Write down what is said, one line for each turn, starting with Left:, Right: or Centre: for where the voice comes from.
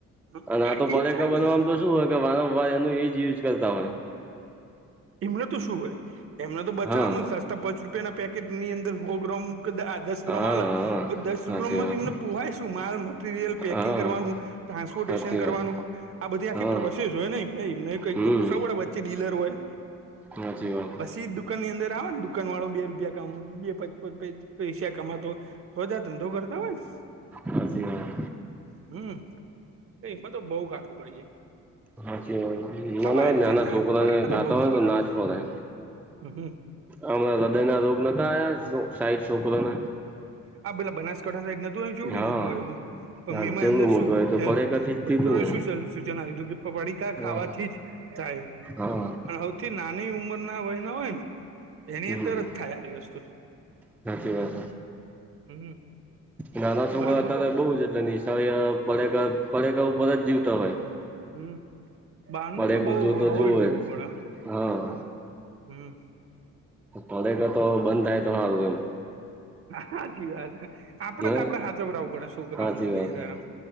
Right: ઈ
Centre: અને આ તો ભલેકા
Right: જ થાય
Centre: બનવામ
Right: ને
Centre: તો શું હોય કે વારંવાર એનું એજ યુઝ કરતા હોય.
Right: એમનો તો શું હોય એમનો તો બચાવવાનું
Centre: હા
Right: સસ્તા પાંચ રૂપિયા ના પેકેટ ની અંદર હોગ્રો દસ ગ્રો
Centre: હા
Right: મા
Centre: હા
Right: દસ
Centre: સાચી
Right: ગ્રોમમાંને
Centre: વાત
Right: પવાયશું માલ મટીરિયલ પેકિંગ
Centre: હા.
Right: કરવાનું. ટ્રાન્સપોર્ટેશન
Centre: સાચી
Right: કરવાનું
Centre: વાત
Right: આ બધ આી
Centre: હા
Right: પ્રોસેસ હોય ને એ કઈક
Centre: હમ
Right: તો પૂછાવું પડે વ્ચે ડીલર હોય
Centre: સાચી વાત
Right: બછી દુઃખ દુકાન ની અંદર આવે ને દુકાન વાળો બે રૂપિયા ક બે પૈસા કમાતો કોઇ દાન ધંધો કરતા હોય ને
Centre: હાચી વાત
Right: હમ એમાં તો બહ કાઠું પડી જાય
Centre: હા નાના
Right: ખવાય
Centre: નાના
Right: છે ના
Centre: છોકરાને
Right: પડીકા
Centre: ખાતા
Right: બઉ જ
Centre: હોય
Right: ખરાબ
Centre: તો નાજ ખવાય
Right: હમ હ
Centre: અમણા હૃદય ના રોગ નતા આયા સાહિંઠ છોકરાના
Right: હા પેલા બનાકાંઠામાં નહતું આવ્યું કેટલું
Centre: હા
Right: મોટું આયુ હતું પણ
Centre: હા
Right: એમાં
Centre: જેવડું
Right: અંદર
Centre: મોટું
Right: શું
Centre: હોય તો
Right: કે
Centre: પડેકાથી
Right: ડોક્ટરોને
Centre: જ કીધું ને
Right: શુ સૂચન આલ્યું તું કે પડીકાા ખાવાથી
Centre: હા
Right: જ થાય
Centre: હા
Right: હવે કે નાની ઉંમરના વયના હોય ને એની
Centre: હમ
Right: અંદર જ થાય આવી વસ્તુ
Centre: સાચી વાત
Right: હમ
Centre: નાના છોકરો
Right: બહારનું
Centre: અત્યારે
Right: તો
Centre: બઉ જ એટલે અને આ પડીકા ઉપર જ જીવતા હોય
Right: હમ્મ બારનું
Centre: પડેકું
Right: તો બઉ
Centre: જોતો
Right: અવોઈડ
Centre: જોવે
Right: કરવું
Centre: જ
Right: પડે.
Centre: હા.
Right: હમ્મ
Centre: કોલેટર તો બંધ થાય તો હારૂ એમ
Right: સાચી વાત આપડે
Centre: હે
Right: તો આપડે હાછવરાવું પડે છોકરાને
Centre: હાચી વાત
Right: બૈરા.
Centre: હે